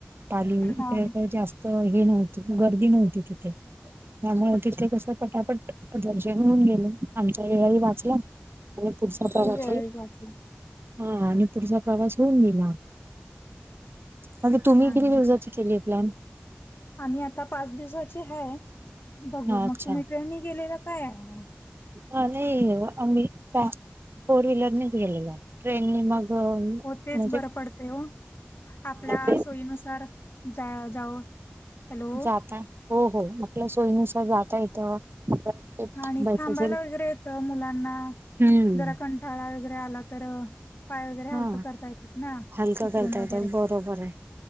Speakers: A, on the right; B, on the left.
A: तालीम
B: हा
A: का जास्त हे नव्हती. गर्दी नव्हती तिथे त्यामुळे तिथे कसं? पटापट दर्शन होऊन गेलो आमच्या वेळाळी वाचला. पुढचा प्रवाचही
B: होय वेळ वाचला
A: हा आणि पुढचा प्रवास होऊन गेला. अगे तुम्ही
B: हा हा.
A: किती दिवसाची केली आहे प्लॅन?
B: आम्ही आता पाच दिवसाची ह बघू
A: अच्छा
B: मग तुम्ही ट्रेननी गेलेलं काय आहे.
A: हा नाही आम्ही फोर व्हीलरनेच गेलेल ट्रेनने मग म्हणजे
B: हो तेच बर पडत. तेव आपल्या
A: ट्रेन
B: सोयीनुसार जा- जावं. हॅलो
A: जाता य हो हो आपल्या सोयीनुसार जाता येतं. कुठे थांबायचं
B: आणि थांबायला
A: असेल
B: वगैरे येत मुलांना.
A: हम्म.
B: जरा क टाळा वगैरे आला तर पाय वगैरे हलकं
A: हा
B: करता येतच ना.
A: हलका
B: उतरून
A: करता येतं
B: वगैरे
A: बरोबर आहे.